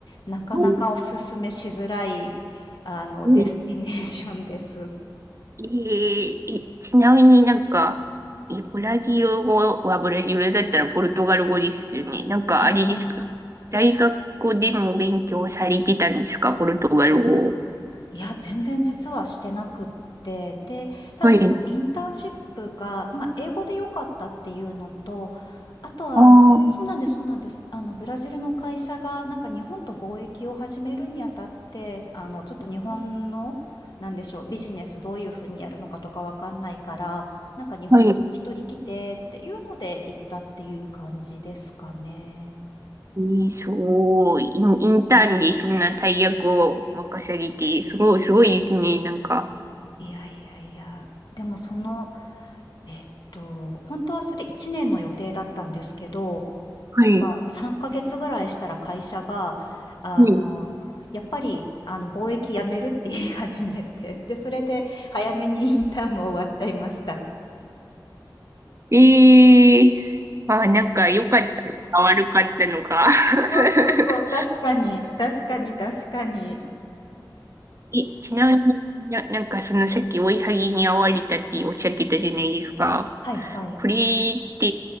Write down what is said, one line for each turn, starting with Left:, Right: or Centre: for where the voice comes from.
Left: なかなかお勧めしづらいあの、
Right: はい。え
Left: デスティネーションです。
Right: ええちなみになんか、え、ブラジル語はブラジルだったらポルトガル語ですよね。なんかあれですか。
Left: はいはい。
Right: 大学でも勉強されてたんですか、ポルトガル語。
Left: いや、全然実はしてなくって、で、ただそのインターンシップが、
Right: はい。
Left: ま、英語で良かったっていうのと、あとはあのそうなんですそうなんです。
Right: ああ、
Left: あのブラジルの会社がなんか日本と貿易を始めるにあたって、あのちょっと日本の、なんでしょう、ビジネスどういう風にやるのかとかわかんないから、なんか日本人一人来てっていうので行ったっていう感じですかね。
Right: はい。ええすごい。イン、インターンでそんな大役を任されて、すごい、すごいですね。なんか。
Left: いやいやいや、でもその、えっと、本当はそれ1年の予定だったんですけど、
Right: はい。
Left: なんか3ヶ月ぐらいしたら会社が、あの、
Right: はい。
Left: やっぱり、あの、貿易やめるって言い始めて、で、それで早めにインターンも終わっちゃいました。
Right: ええあ、なんか良かったのか悪かったのか。<laughs>
Left: そうそうそう、確かに、確かに確かに。
Right: え、ちなみにな、なんかそのさっき追いはぎに遭われたっておっしゃってたじゃないですか。
Left: はいはい。
Right: これって、